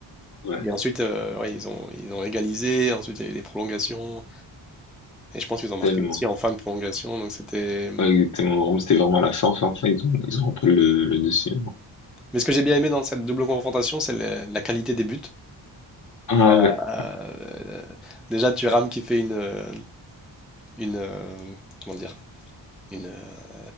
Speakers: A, on the left; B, in the centre.
A: Ouais,
B: Et ensuite, euh, ouais, ils ont, ils ont égalisé. Ensuite, il y a eu des prolongations. Et je pense qu'ils ont marqué
A: tellement.
B: aussi en fin de prolongation. Donc, c'était.
A: Ouais, exactement. Vraiment, c'était vraiment à la fin, fin, fin, ils ont, ils ont repris le, le dessus.
B: Mais ce que j'ai bien aimé dans cette double confrontation, c'est la la qualité des buts.
A: Ah
B: Euh,
A: ouais,
B: euh, déjà, Thuram qui fait une, euh, une, euh, comment dire, une, euh,